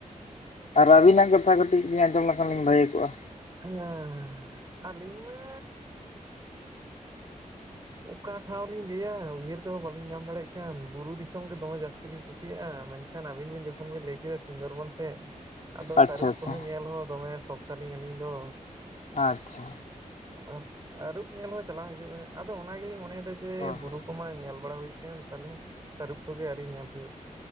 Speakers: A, on the left; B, on the right.
A: ᱟᱨ ᱟᱹᱵᱤᱱᱟᱜ ᱠᱟᱛᱷᱟ ᱠᱟᱹᱴᱤᱡ ᱞᱤᱧ ᱟᱸᱡᱚᱢ ᱞᱮᱠᱷᱟᱱ ᱞᱤᱧ ᱵᱷᱟᱹᱜᱤ ᱠᱚᱜᱼᱟ᱾
B: ᱦᱮᱸ ᱟᱹᱞᱤᱧ ᱢᱟ ᱚᱠᱟ ᱴᱷᱟᱶ ᱞᱤᱧ ᱞᱟᱹᱭᱟ ᱩᱭᱦᱟᱹᱨ ᱛᱮᱦᱚᱸ ᱵᱟᱹᱞᱤᱧ ᱧᱟᱢ ᱫᱟᱲᱮᱭᱟᱜ ᱠᱟᱱ ᱵᱩᱨᱩ ᱫᱤᱥᱚᱢ ᱜᱮ ᱫᱚᱢᱮ ᱡᱟᱹᱥᱛᱤ ᱞᱤᱧ ᱠᱩᱥᱤᱭᱟᱜᱼᱟ ᱢᱮᱱᱠᱷᱟᱱ ᱟᱹᱵᱤᱱ ᱵᱤᱱ ᱡᱚᱠᱷᱚᱱ ᱵᱤᱱ ᱞᱟᱹᱭ ᱠᱮᱫᱟ ᱥᱩᱱᱫᱚᱨᱵᱚᱱ ᱥᱮᱜ ᱟᱫᱚ
A: ᱟᱪᱪᱷᱟ
B: ᱛᱟᱹᱨᱩᱵ
A: ᱟᱪᱪᱷᱟ
B: ᱠᱚᱦᱚᱸ ᱧᱮᱞ ᱦᱚᱸ ᱫᱚᱢᱮ ᱥᱚᱠ ᱛᱟᱞᱤᱧ ᱟᱹᱞᱤᱧ ᱫᱚ᱾
A: ᱟᱪᱪᱷᱟ
B: ᱟ ᱟᱹᱨᱩᱵ ᱧᱮᱞ ᱦᱚᱸ ᱪᱟᱞᱟᱜ ᱦᱩᱭᱩᱜᱼᱟ ᱟᱫᱚ ᱚᱱᱟ ᱜᱮᱞᱤᱧ ᱢᱚᱱᱮᱭᱮᱫᱟ ᱥᱮ
A: ᱦᱳᱭ
B: ᱵᱩᱨᱩ
A: ᱦᱳᱭ
B: ᱠᱚᱢᱟ ᱧᱮᱞ ᱵᱟᱲᱟ ᱦᱩᱭᱠᱟᱱ ᱛᱟᱦᱞᱮ ᱛᱟᱹᱨᱩᱯ ᱠᱚᱜᱮ ᱟᱹᱣᱨᱤ ᱧᱮᱞ ᱦᱩᱭᱩᱜ